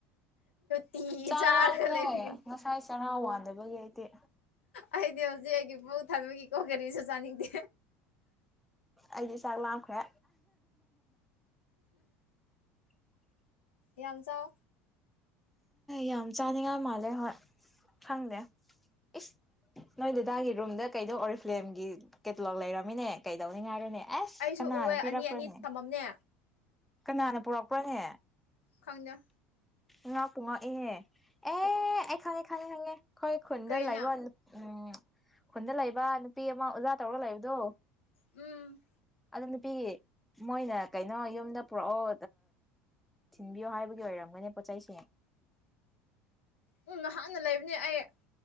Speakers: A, on the left; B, in the centre.
A: ꯇꯤꯒꯤ
B: ꯆꯥꯛ
A: ꯆꯥꯔꯒ
B: ꯂꯥꯝꯈ꯭ꯔꯦ
A: ꯂꯩꯕꯒꯦ
B: ꯉꯁꯥꯏ ꯆꯔꯥ ꯋꯥꯟꯗꯕꯒꯤ ꯑꯩꯗꯤ
A: ꯑꯩꯗꯤ ꯍꯧꯖꯤꯛ ꯑꯩꯒꯤ ꯃꯕꯒ ꯊꯟꯕꯒꯤ ꯀꯔꯤꯁꯨ ꯆꯥꯅꯤꯡꯗꯦ
B: ꯑꯩꯗꯤ ꯆꯥꯛ ꯂꯝꯈ꯭ꯔꯦ
A: ꯌꯥꯝ ꯆꯥꯎ
B: ꯌꯥꯝ ꯆꯥꯅꯤꯡꯉꯥꯏ ꯃꯥꯜꯂꯦ ꯍꯣꯏ ꯈꯪꯗꯦ ꯏꯁ ꯅꯣꯏ ꯗꯥꯗꯥꯒꯤ ꯔꯨꯝꯗ ꯀꯩꯗꯧ ꯑꯣꯔꯤꯐꯂꯦꯝꯒꯤ ꯀꯦꯇꯂꯣꯛ ꯂꯩꯔꯝꯃꯤꯅꯦ ꯀꯩꯗꯧꯅꯤ ꯉꯥꯏꯔꯅꯦ ꯑꯦꯁ
A: ꯑꯩꯁꯨ
B: ꯀꯅꯥꯅꯣ
A: ꯎꯑꯦ
B: ꯄꯤꯔꯛꯄ꯭ꯔꯣꯅꯦ
A: ꯑꯅꯤ ꯑꯅꯤ ꯊꯝꯃꯝꯅꯦ
B: ꯀꯅꯥꯅ ꯄꯨꯔꯛꯄ꯭ꯔꯣꯍꯦ
A: ꯈꯪꯗꯦ
B: ꯥꯉꯛꯄꯨ ꯉꯛꯑꯦꯅꯦ ꯑꯦ ꯑꯩ ꯈꯪꯑꯦ ꯈꯪꯑꯦ ꯑꯩꯈꯣꯏ ꯈꯨꯟꯗ
A: ꯀꯩꯅ
B: ꯂꯩꯕ ꯎꯝ ꯈꯨꯟꯗ ꯂꯩꯕ ꯅꯨꯄꯤ ꯑꯃ ꯑꯣꯖꯥ ꯇꯧꯔꯒ ꯂꯩꯕꯗꯣ
A: ꯎꯝ
B: ꯑꯗꯨ ꯅꯨꯄꯤ ꯃꯣꯏꯅ ꯀꯩꯅꯣ ꯌꯨꯝꯗ ꯄꯨꯔꯛꯑꯣ ꯊꯤꯟꯕꯤꯌꯣ ꯍꯥꯏꯕꯒꯤ ꯑꯣꯏꯔꯝꯒꯅꯤ ꯄꯣꯠꯆ ꯆꯩꯁꯤꯡ
A: ꯎꯝ ꯅꯍꯥꯛꯅ ꯂꯩꯕꯅꯦ ꯑꯩ ꯑꯩ